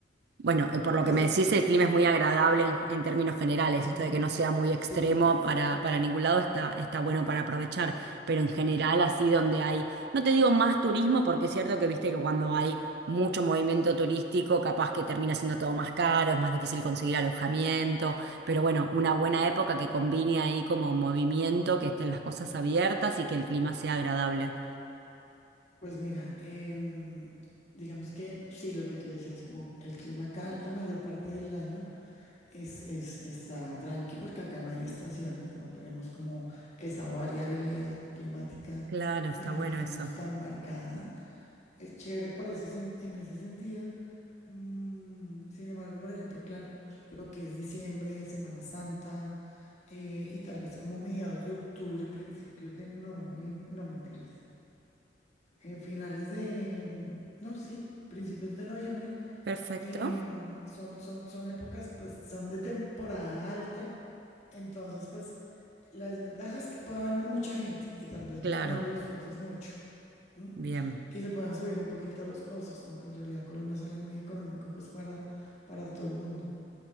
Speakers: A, on the right; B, on the left.
A: Bueno, eh, por lo
B: Pues,
A: que me decís, el clima es muy agradable
B: sí,
A: en, en términos generales.
B: ujú,
A: Esto de que no sea muy extremo
B: sí,
A: para, para ningún lado está, está bueno para aprovechar. Pero en general, así donde hay, no te digo más turismo, porque es cierto que viste que cuando hay mucho movimiento turístico, capaz que termina siendo todo más caro, es más difícil conseguir alojamiento. Pero bueno, una buena época que combine ahí como movimiento, que estén las cosas abiertas y que el clima sea agradable.
B: pues mira, em, digamos que sí, lo que te decías, como el clima acá la mayor parte del año Es, es, está tranqui porque acá no hay estaciones, no tenemos como esa variabilidad climática,
A: Claro,
B: <clears throat>
A: está
B: digamos,
A: bueno eso.
B: tan marcada. Es chévere por ese sen- en ese sentido. Mm, sin embargo, por ejemplo, claro, lo que es diciembre, Semana Santa, eh, y tal vez como mediados de octubre, principios de noviembre, no mentiras, eh, finales de, mm, no, sí, principios de noviembre,
A: Perfecto.
B: em, son, son, son épocas, pues son de temporada alta, entonces pues la desventaja es que puede haber mucha gente y tal vez
A: Claro,
B: no lo disfrutes mucho. ¿m?
A: bien.
B: Y se pueden subir un poquito los costos, aunque en realidad Colombia sale muy económico pues para, para todo el mundo.